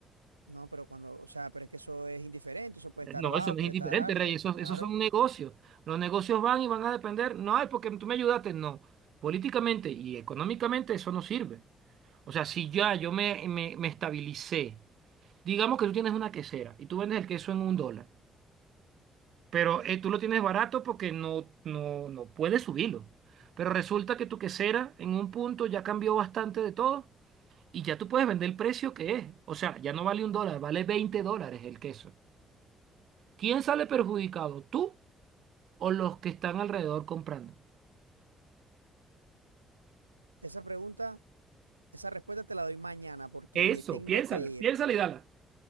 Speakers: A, on the right; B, on the right.
A: No, pero cuando, o sea, pero es que eso es indiferente, eso puede estar
B: No,
A: abajo,
B: eso no
A: puede
B: es indiferente,
A: estar alto,
B: Rey, esos,
A: claro.
B: esos son negocios. Los negocios van y van a depender, no ay, porque tú me ayudaste, no. Políticamente y económicamente eso no sirve. O sea, si ya yo me, me me estabilicé Digamos que tú tienes una quesera y tú vendes el queso en un dólar, pero eh, tú lo tienes barato porque no, no, no puedes subirlo. Pero resulta que tu quesera en un punto ya cambió bastante de todo y ya tú puedes vender el precio que es. O sea, ya no vale un dólar, vale 20 dólares el queso. ¿Quién sale perjudicado? ¿Tú o los que están alrededor comprando?
A: Esa pregunta, esa respuesta te la doy mañana porque
B: Eso,
A: me tengo
B: piénsala,
A: que ir.
B: piénsala y dala.